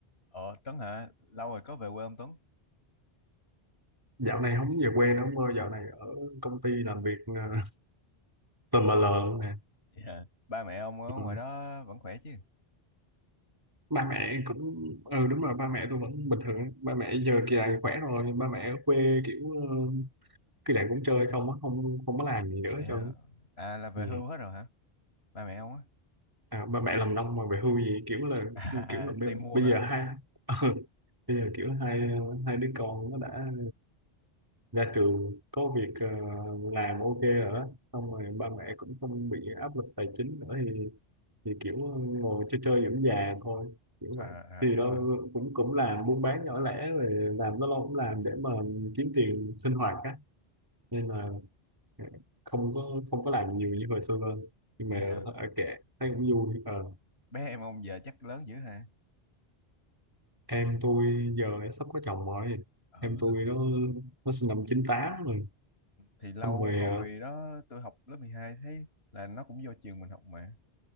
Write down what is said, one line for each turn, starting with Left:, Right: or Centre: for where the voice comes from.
Left: Ờ Tuấn hả? Lâu rồi có về quê không Tuấn?
Right: dạo này không về quê nữa ông ơi dạo này ở công ty làm việc ờ, tùm lờ lờ luôn nè
Left: Dạ. Ba mẹ ông ở ngoài
Right: ừ.
Left: đó vẫn khỏe chứ?
Right: ba mẹ cũng ừ đúng rồi ba mẹ tôi vẫn bình thường ba mẹ giờ kỳ này khỏe rồi ba mẹ ở quê kiểu ờ, kỳ này cũng chơi không á, không không có làm gì nữa
Left: Dạ.
Right: cho
Left: À là về
Right: ừ.
Left: hưu hết rồi hả? Ba mẹ ông á?
Right: à, ba mẹ làm nông mà về hưu gì kiểu là
Left: À, à
Right: kiểu là
Left: à,
Right: bây
Left: tìm mua
Right: bây
Left: hả?
Right: giờ hai <laughs> ừ. bây giờ kiểu hai hai đứa con nó đã ra trường có việc ờ, làm ok rồi đó xong rồi ba mẹ cũng không bị áp lực tài chính nữa thì thì kiểu ờ, ngồi chơi chơi dưỡng già thôi kiểu
Left: à,
Right: vậy thì
Left: à hiểu
Right: nó
Left: rồi
Right: cũng cũng làm buôn bán nhỏ lẻ rồi làm nó lâu cũng làm để mà kiếm tiền sinh hoạt á nên là ờ, không có không có làm nhiều như hồi xưa hơn, nhưng
Left: Dạ.
Right: mà ờ, kệ thấy cũng vui Ờ,
Left: Bé em ông giờ chắc lớn dữ hả?
Right: em tôi giờ đã sắp có chồng rồi em
Left: ừ
Right: tôi nó nó sinh năm chín tám rồi
Left: thì lâu
Right: xong rồi
Left: hồi
Right: ờ,
Left: đó tôi học lớp mười hai thấy là nó cũng vô trường mình học mà